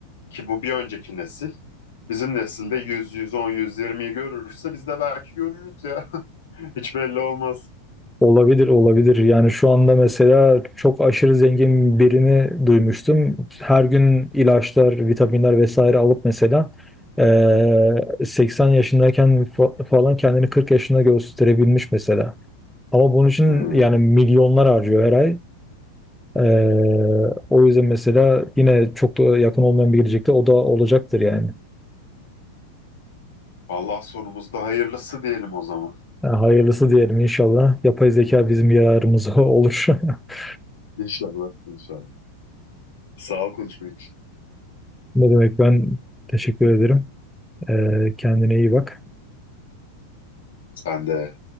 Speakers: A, on the left; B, in the centre.
A: Ki bu bir önceki nesil. Bizim nesilde yüz, yüz on, yüz 120'yi görürse biz de belki görürüz ya. <laughs> Hiç belli olmaz.
B: Olabilir, olabilir. Yani şu anda mesela çok aşırı zengin birini duymuştum. Her gün ilaçlar, vitaminler vesaire alıp mesela eee, 80 yaşındayken fa- falan kendini 40 yaşında gösterebilmiş mesela. Ama bunun için
A: Hmm.
B: yani milyonlar harcıyor her ay. Eee, o yüzden mesela yine çok da yakın olmayan bir gelecekte o da olacaktır yani.
A: Allah sonumuzda hayırlısı diyelim o zaman.
B: Yani hayırlısı diyelim inşallah. Yapay zeka bizim yararımıza <laughs> olur. <laughs>
A: İnşallah, inşallah. Sağ ol konuşma için.
B: Ne demek ben teşekkür ederim. Ee, kendine iyi bak.
A: Sen de.